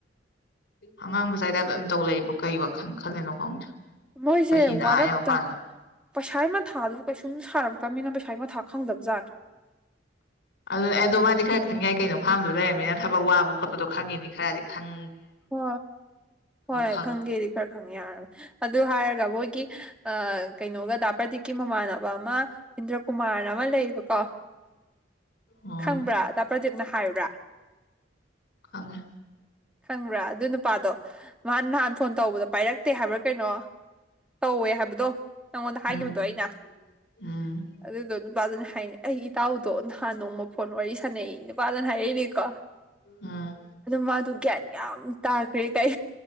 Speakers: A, on the left (about 65°); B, in the centre.
A: ꯑꯉꯥꯡ ꯃꯆꯥꯥꯏꯇꯥꯏꯞꯇ ꯑꯗꯨꯝ ꯇꯧ ꯂꯩ ꯀꯩ ꯋꯥꯈꯜ ꯈꯜꯂꯤꯅꯣ ꯈꯪꯗꯦ
B: ꯃꯣꯏꯁꯦ
A: ꯆꯍꯤꯅ
B: ꯋꯥꯔꯛꯇ
A: ꯑꯥ ꯌꯧꯔꯀꯥꯟꯗ
B: ꯄꯩꯁꯥ ꯃꯊꯥꯖꯨ ꯀꯩꯁꯨꯝ ꯁꯥꯔꯛꯇꯕꯅꯤꯅ ꯄꯩꯁꯥꯒꯤ ꯃꯊꯥ ꯈꯪꯗꯕ ꯖꯥꯠ
A: ꯑꯗꯨ ꯑꯗꯣ ꯃꯥꯗꯤ ꯈꯔ ꯈꯪꯪ ꯌꯥꯏ ꯀꯩꯅꯣ ꯐꯥꯝꯗꯨꯗ ꯂꯩꯔꯃꯤꯅ ꯊꯕꯛ ꯋꯥꯕ ꯈꯣꯠꯄꯗꯣ ꯈꯪꯉꯤꯅꯤ ꯈꯔꯗꯤ ꯈꯪ
B: ꯍꯣ ꯍꯣꯏ
A: ꯈꯪꯉꯦ
B: ꯈꯪꯒꯦꯗꯤ ꯈꯔ ꯈꯪ ꯌꯥꯔꯕꯅꯤ ꯑꯗꯨ ꯍꯥꯏꯔꯒ ꯃꯣꯏꯒꯤ ꯑ ꯀꯩꯅꯣꯒ ꯗꯥ ꯄ꯭ꯔꯗꯤꯞꯀꯤ ꯃꯃꯥꯟꯅꯕ ꯑꯃ ꯏꯟꯗ꯭ꯔꯀꯨꯃꯥꯔꯅ ꯑꯃ ꯂꯩꯌꯦꯕꯀꯣ
A: ꯑꯣ
B: ꯈꯪꯕ꯭ꯔꯥ ꯗꯥ ꯄ꯭ꯔꯗꯤꯞꯅ ꯍꯥꯏꯕ꯭ꯔꯥ
A: ꯈꯪꯉꯦ
B: ꯈꯪꯕ꯭ꯔꯥ ꯑꯗꯨ ꯅꯨꯄꯥꯗꯣ ꯃꯥꯥ ꯅꯍꯥꯟ ꯐꯣꯟ ꯇꯧꯕꯗꯣ ꯄꯥꯏꯔꯛꯇꯦ ꯍꯥꯏꯕ꯭ꯔꯥ ꯀꯩꯅꯣ ꯇꯧꯋꯦ ꯍꯥꯏꯕꯗꯣ ꯅꯪꯉꯣꯟꯗ ꯍꯥꯏꯒꯤꯕꯗꯣ
A: ꯎꯝ
B: ꯑꯩꯅ
A: ꯎꯝ
B: ꯑꯗꯨꯗꯨ ꯅꯨꯄꯥꯗꯨꯅ ꯍꯥꯏꯅꯦ ꯑꯩ ꯏꯇꯥꯎꯗꯣ ꯅꯍꯥꯟ ꯅꯣꯡꯃ ꯐꯣꯟ ꯋꯥꯔꯤ ꯁꯥꯟꯅꯩ ꯅꯨꯄꯥꯗꯨꯅ ꯍꯥꯏꯔꯛꯏꯅꯦꯀꯣ
A: ꯎꯝ
B: ꯃꯥꯗꯨ ꯒ꯭ꯌꯥꯟ ꯌꯥꯝ ꯇꯥꯈ꯭ꯔꯦ ꯀꯥꯏ